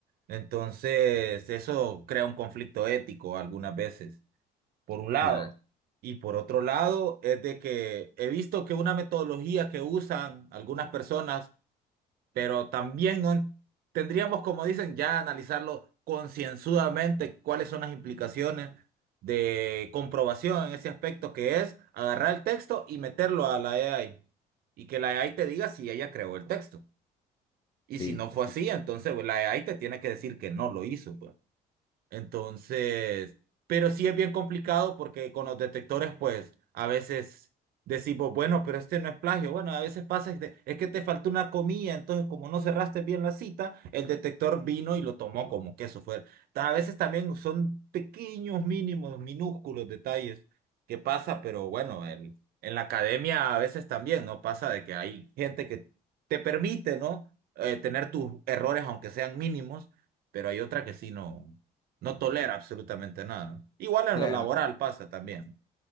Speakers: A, on the right; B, on the left.
A: Entonces, eso crea un conflicto ético algunas veces. por un lado.
B: Claro,
A: Y por otro lado, es de que he visto que una metodología que usan algunas personas, pero también no en- tendríamos, como dicen, ya analizarlo concienzudamente cuáles son las implicaciones de comprobación en ese aspecto, que es agarrar el texto y meterlo a la AI. Y que la AI te diga si ella creó el texto. Y si
B: sí.
A: no fue así, entonces pues, la AI te tiene que decir que no lo hizo. pues. Entonces, pero sí es bien complicado porque con los detectores, pues a veces decimos, bueno, pero este no es plagio. Bueno, a veces pasa, es, de- es que te faltó una comilla entonces como no cerraste bien la cita, el detector vino y lo tomó como que eso fuera. Ta- A veces también son pequeños, mínimos, minúsculos detalles que pasa, pero bueno, el- en la academia a veces también, ¿no? Pasa de que hay gente que te permite, ¿no? Eh, tener tus errores, aunque sean mínimos, pero hay otra que sí, no. No tolera absolutamente nada. Igual en
B: Claro.
A: lo laboral pasa también.